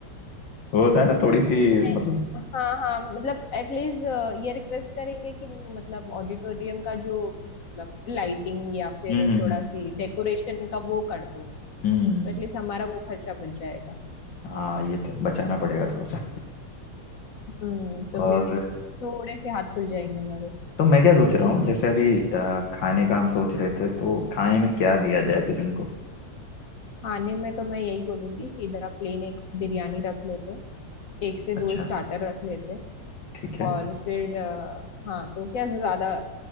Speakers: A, on the left (about 85°); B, on the left (about 50°).
A: वो होता है ना थोड़ी सी
B: नहीं,
A: मतलब
B: हाँ हाँ मतलब एटलीस्ट ये रिक्वेस्ट करेंगे कि मतलब ऑडिटोरियम का जो मतलब लाइटिंग या फिर
A: हम्म हम्म
B: थोड़ा
A: हम्म
B: सी डेकोरेशन का वो कर दो
A: हम्म,
B: तो एटलीस्ट हमारा वो खर्चा बच जाएगा
A: हाँ ये तो है, बचाना पड़ेगा थोड़ा सा
B: हम्म
A: <laughs>
B: तो
A: और
B: फिर थोड़े से हाथ खुल जाएंगे हमारे
A: तो मैं क्या सोच रहा हूँ जैसे अभी अ, खाने का हम सोच रहे थे तो खाने में क्या दिया जाए फिर उनको
B: खाने में तो मैं यही बोलूंगी सीधा प्लेन एक बिरयानी रख लेते हैं एक से
A: अच्छा
B: दो स्टार्टर रख लेते हैं
A: ठीक है
B: और फिर अ, हाँ तो क्या ज्यादा